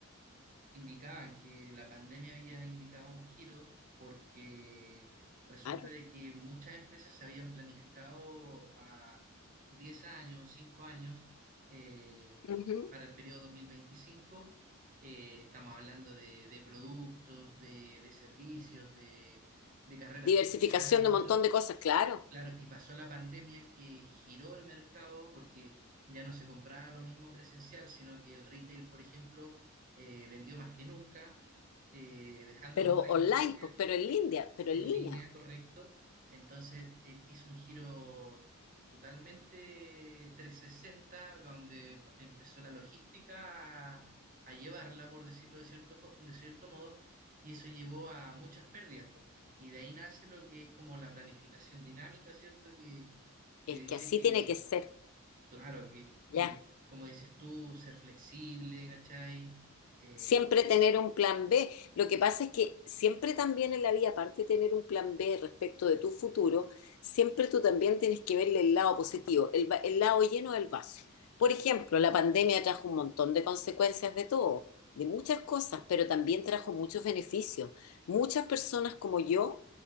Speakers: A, on the right (about 40°); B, on the left (about 75°).
A: indicaban que la pandemia había indicado un giro porque resulta
B: Claro.
A: de que muchas empresas se habían planificado a 10 años, 5 años eh,
B: Ujú.
A: para el periodo 2025. Eh, estamos hablando de, de productos, de, de servicios, de, de carreras
B: Diversificación
A: profesionales
B: de un
A: y
B: montón
A: todo.
B: de cosas, claro.
A: Claro, y pasó la pandemia que giró el mercado porque ya no se compraba lo mismo presencial, sino que el retail, por ejemplo, eh, vendió más que nunca, eh, dejando
B: Pero
A: a otras
B: online,
A: industrias
B: pues, pero en línea, pero
A: en
B: en línea.
A: línea, correcto. Entonces eh, hizo un giro totalmente 360, donde pa- empezó la logística a, a llevarla, por decirlo de cierto, fo- de cierto modo, y eso llevó a muchas pérdidas. po. Y de ahí nace lo que es como la planificación dinámica, ¿cierto? Que, que
B: Es
A: dice
B: que así
A: que,
B: tiene que ser,
A: claro, que
B: ya.
A: eh, como dices tú, ser flexible, ¿cachai? Eh,
B: Siempre tener un plan B. Lo que pasa es que siempre también en la vida, aparte de tener un plan B respecto de tu futuro, siempre tú también tienes que verle el lado positivo, el, va- el lado lleno del vaso. Por ejemplo, la pandemia trajo un montón de consecuencias de todo, de muchas cosas, pero también trajo muchos beneficios. Muchas personas como yo